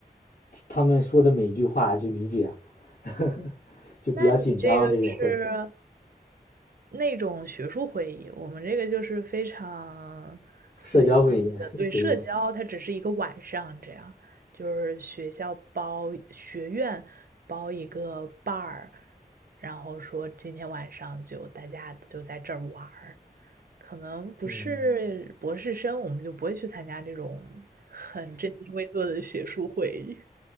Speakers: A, on the left; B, on the right.
A: 他们说的每一句话去理解啊，<laughs> 就比较紧张这种会，
B: 那你这个是那种学术会议，我们这个就是非常随意的，
A: 社交会议，<laughs>
B: 对，
A: 所以
B: 社交它只是一个晚上这样，就是学校包，学院包一个伴儿，然后说今天晚上就大家就在这儿玩儿，可能不是博士生，
A: 嗯。
B: 我们就不会去参加这种很正襟危坐的学术会议